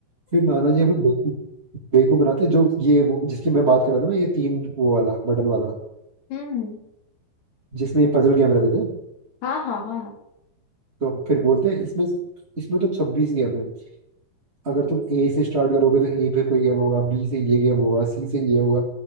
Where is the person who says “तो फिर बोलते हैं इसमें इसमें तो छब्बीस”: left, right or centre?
Right